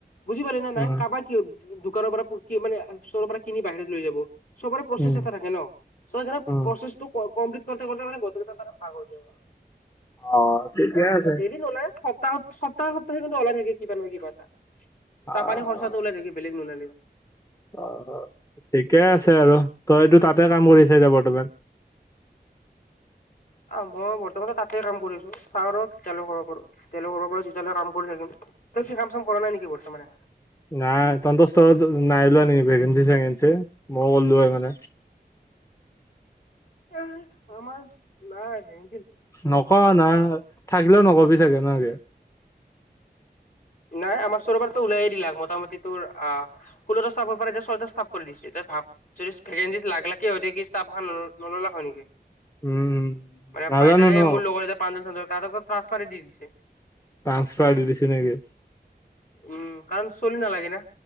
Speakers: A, on the left; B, on the left.
A: বুজি পালি নে
B: উম,
A: নাই! কাবায় কি দোকানৰ পৰা প কি মানে ষ্টৰপৰা খিনি বাহিৰত লৈ যাব। চবৰে প্ৰচেছ
B: উম,
A: এটা থাকে ন! চ' সেইকাৰণে
B: উম,
A: প্ৰচেছটো ক কমপ্লিট কৰোঁতে কৰোঁতে মানে গোটেইকেইটাই মানে ভাগ হৈ যায়।
B: অ', ঠিকে
A: এ
B: আছে।
A: ডেইলি নোলাই সপ্তাহত। সপ্তাহে সপ্তাহে কিন্তু ওলাই থাকে কিবা নহয় কিবা এটা। চাহ-পানী
B: অ',
A: খৰচটো ওলাই থাকে বেলেগ নোলাই
B: অ, অ। ঠিকে আছে আৰু তইতো তাতে কাম কৰিছা এতিয়া বৰ্তমান।
A: অ, মই বৰ্তমান তাতেই কাম কৰিছোঁ। চাওঁ ৰ' কেতিয়ালৈ কৰিব পাৰোঁ। যেতিয়ালৈ কৰিব পাৰোঁ তেতিয়ালৈ কাম কৰি থাকিম। তই কি কাম-চাম কৰা নাই নেকি বৰ্তমানে?
B: নাই। তন্তৰ ষ্টাৰত নাই ওলোৱা নেকি ভেকেঞ্চি-চেকেঞ্চি। মই গ'লো হয় মানে।
A: এ, আমাৰ নাই হে।
B: নোকোৱা না, থাকিলেও নকবি চাগে না কি?
A: নাই, আমাৰ <unintelligible> উলাই দিলাক। মোটামুটি তোৰ আহ ষোল্লটা ষ্টাফৰপৰা এতিয়া ছয়টা ষ্টাফ কৰি দিছে। তই ভাব! <unintelligible> ভেকেঞ্চিত লাখ-লাখ কি অধিক ষ্টাফ উম্ নললাক হৈ নেকি?
B: উম, উম,
A: মানে,
B: নাজানো
A: পাইতাই
B: ন
A: মোৰ লগৰ এটাই প্ৰাঞ্জল-চাঞ্জলহতক তাহাতকো ট্ৰেন্সফাৰে দি দিছে।
B: টান্সফাৰ দি দিচি নেকি।
A: উম, কাৰণ চলি নালাগে না।